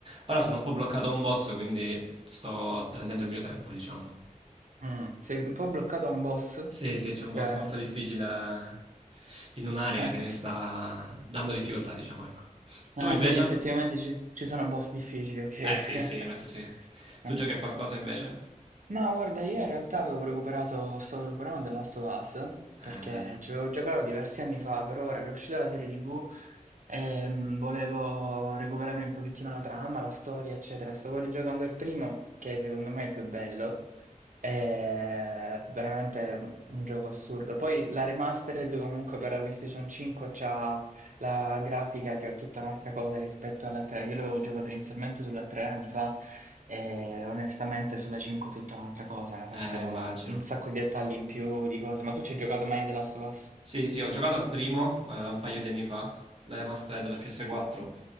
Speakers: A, on the right (about 40°); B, on the right (about 65°).
A: ora sono un po' bloccato a un boss, quindi sto prendendo il mio tempo, diciamo.
B: mh. Sei un po' bloccato a un boss?
A: Sì, sì, c'è un
B: Cioè
A: boss molto difficile in un'area
B: <laughs>
A: che mi sta dando difficoltà, diciamo, ecco. Tu
B: Ah,
A: invece?
B: quindi effettivamente ci ci sono boss difficili, okay.
A: Beh, sì, sì, questo sì.
B: <laughs>
A: Tu
B: Mh.
A: giochi a qualcosa invece?
B: Ma guarda, io in realtà avevo recuperato stavo recuperando The Last of Us, perché
A: Eh, bello.
B: ci avevo giocato diversi anni fa, però ora che è uscita la serie TV, ehm, volevo recuperarmi un pochettino la trama, la storia, eccetera. Stavo rigiocando il primo, che secondo me è il più bello, È veramente un gioco assurdo. Poi la remastered comunque per la PlayStation 5 c'ha la grafica che è tutta un'altra cosa rispetto alla 3. Io l'avevo giocato inizialmente sulla 3 anni fa e onestamente sulla 5 è tutta un'altra cosa. Hanno
A: Eh,
B: fatto
A: immagino.
B: un sacco di dettagli in più di cose. Ma tu ci hai giocato mai a The Last of Us?
A: Sì, sì, ho giocato al primo eh, un paio di anni fa, la remastered per PS4,